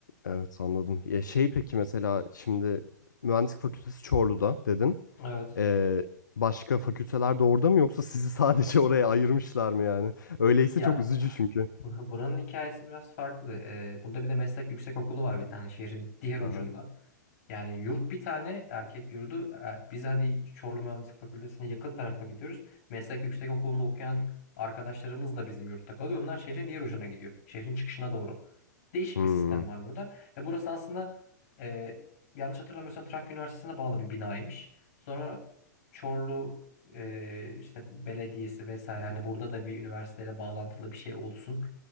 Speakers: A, on the left; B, on the left.
A: Evet anladım. Ya şey peki mesela şimdi mühendislik fakültesi Çorlu'da dedin.
B: Evet.
A: Ee, başka fakülteler de orada mı yoksa sizi <laughs> sadece oraya ayırmışlar mı yani? Öyleyse
B: Ya
A: çok üzücü çünkü.
B: <laughs> Bur- Buranın hikayesi biraz farklı. Ee, burada bir de meslek yüksekokulu var bir tane şehrin diğer ucunda.
A: Aha.
B: Yani yurt bir tane erkek yurdu. Ee, Biz hadi Çorlu Mühendislik Fakültesi'ne yakın tarafa gidiyoruz. Meslek yüksekokulu'nda okuyan arkadaşlarımız da bizim yurtta kalıyor. Onlar şehrin diğer ucuna gidiyor. Şehrin çıkışına doğru. Değişik
A: Hmm.
B: bir sistem var burada. Ve burası aslında e, yanlış hatırlamıyorsam Trakya Üniversitesi'ne bağlı bir binaymış. Sonra Çorlu e, işte belediyesi vesaire hani burada da bir üniversiteyle bağlantılı bir şey olsun